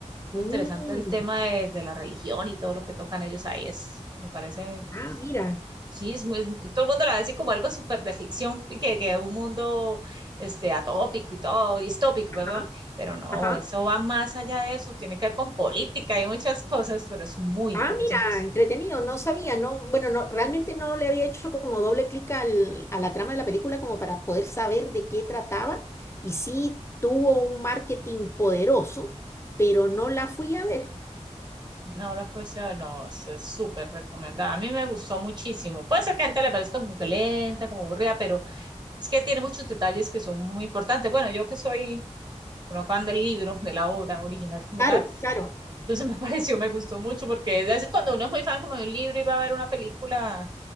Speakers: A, on the right (about 35°); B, on the left (about 20°).
A: Muy
B: mm,
A: interesante el tema de, de la religión y todo lo que tocan ellos ahí. Es, me parece,
B: ah, mira.
A: sí, es, muy- es- todo el mundo lo dice como algo súper de ficción, y que, que un mundo este, atópico y todo, distópico,
B: Ajá,
A: perdón. Pero no,
B: ajá.
A: eso va más allá de eso, tiene que ver con política y muchas cosas, pero es muy interesante.
B: Ah, mira, entretenido, no sabía, no, bueno, no, realmente no le había hecho como doble clic al, a la trama de la película como para poder saber de qué trataba y sí tuvo un marketing poderoso, pero no la fui a ver.
A: No, la fuerza no, es es súper recomendada. A mí me gustó muchísimo. Puede ser que a gente le parezca como que lenta, como aburrida, pero es que tiene muchos detalles que son muy importantes. Bueno, yo que soy bueno, fan del libro, de la obra original como
B: Claro,
A: tal.
B: claro.
A: Entonces <laughs> me pareció, me gustó mucho, porque a veces cuando uno es muy fan como de un libro y va a ver una película